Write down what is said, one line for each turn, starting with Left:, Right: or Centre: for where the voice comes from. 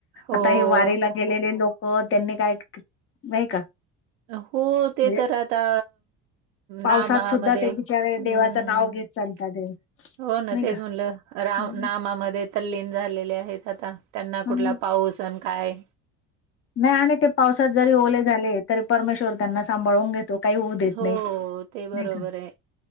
Right: हो
Left: आता हे वारीला गेलेले लोकं त्यांनी काय नाही का
Right: हो ते
Left: म्हणजे
Right: तर आता
Left: पावसात
Right: नामा
Left: सुद्धा
Right: मध्ये
Left: ते
Right: हम्म
Left: बिचारे देवाचं नाव घेत चालतात ते
Right: हो ना
Left: नाही
Right: तेच
Left: का
Right: म्हणलं रा-नामा
Left: हम्म.
Right: मध्येत तल्लीन झालेले आहेत आता त्यांना
Left: हम्म.
Right: कुठला पाऊस आण काय
Left: नाय आणि ते पावसात जरी ओले झाले तरी परमेश्वर त्यांना सांभाळून घेत तो काही होऊ देत
Right: हो,
Left: नय
Right: ते बरोबर
Left: नई का
Right: आहे.